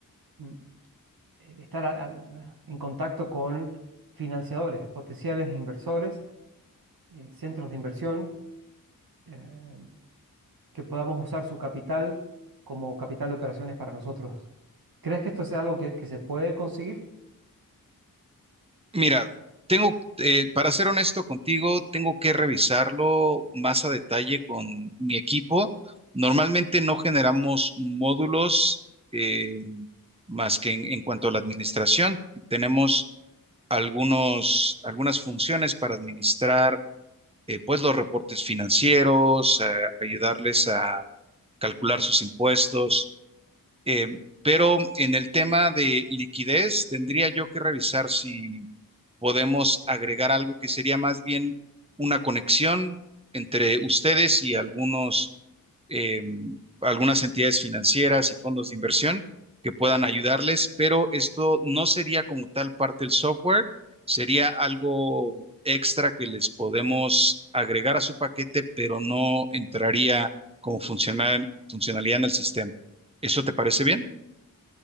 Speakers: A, on the right; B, on the right.
A: mm, eh, estar al- al- en contacto con financiadores, potenciales inversores, eh, centros de inversión. eh, que podamos usar su capital como capital de operaciones para nosotros. ¿Crees que esto sea algo que, que se puede conseguir?
B: Mira, tengo, eh, para ser honesto contigo, tengo que revisarlo más a detalle con mi equipo. Normalmente no generamos módulos eh, más que en, en cuanto a la administración. Tenemos algunos, algunas funciones para administrar, eh, pues los reportes financieros, eh, ayudarles a calcular sus impuestos eh, pero en el tema de liquidez, tendría yo que revisar si podemos agregar algo que sería más bien una conexión entre ustedes y algunos, eh, algunas entidades financieras y fondos de inversión que puedan ayudarles, pero esto no sería como tal parte del software, sería algo extra que les podemos agregar a su paquete, pero no entraría como funcional- funcionalidad en el sistema. ¿Eso te parece bien?